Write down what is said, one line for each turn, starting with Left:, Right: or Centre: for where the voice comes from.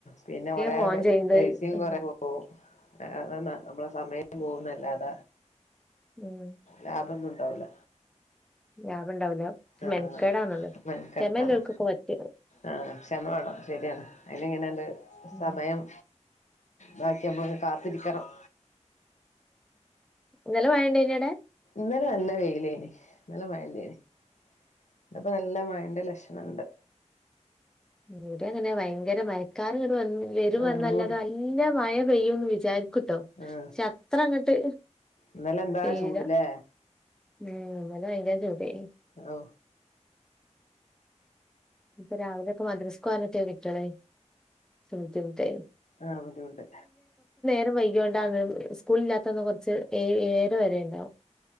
Left: പിന്നെ കൊറേ
Centre: ഫോൺ
Left: പെ
Centre: ചെയ്ത്
Left: പൈസിം
Centre: ഉം
Left: കൊറേ പോകും അ അതന്നാ നമ്മള സമയം പോവുന്നല്ലാത
Centre: ഉം
Left: ലാഭൊന്നുണ്ടാവൂല
Centre: <inaudible>
Left: ആഹ്
Centre: മെനക്കേടാണല്ലോ
Left: മെൻക്കെടണ്ടല്ലോ
Centre: ക്ഷമല്ലോൽക്കൊക്കെ പറ്റും
Left: ആഹ് ക്ഷമവാണം ശെരിയാണ് അയിന് ഇങ്ങനേണ്ട്
Centre: ഉം
Left: സമയം വായിക്കുമ്പോ കാത്തിരിക്കണം
Centre: ഇന്നലെ മഴണ്ടേയിനൊ അവടെ
Left: ഇന്നലെ നല്ല വെയിലേനി ഇന്നലെ മഴല്ലേനി ഇന്നിപ്പോ നല്ല മഴന്റെ ലക്ഷണണ്ട്
Centre: ഇവടിം അങ്ങനെ ഭയങ്കര മയക്കാറ്ങ്ങട്ട് വ വരും
Left: ആഹ്
Centre: വന്നല്ലാതെ
Left: മൂടി
Centre: നല്ല മഴ പെയ്യുന്ന് വിചാരി കിട്ടു
Left: ആഹ്
Centre: പക അത്ര അങ്ങട്ട്
Left: ഇന്നലെ എന്താ
Centre: പെയ്യൂല
Left: ചൂട്ലെ
Centre: ഉം ഇന്നലെ ഭയങ്കര ചൂടേനി
Left: ഔ
Centre: ഇപ്പൊ രാവിലെ ഒക്കെ മദ്രസ്കോവാനൊക്കെ കുട്ടെള് ഭുദ്ധിമുട്ട്
Left: ആഹ് ബുദ്ധിമുട്ട്
Centre: നേരം വൈകിയോണ്ടാണ് സ്കൂള് ഇല്ലാത്തന്ന് കൊറച്ച് ഏ ഏഴര വരെ ഇണ്ടാവും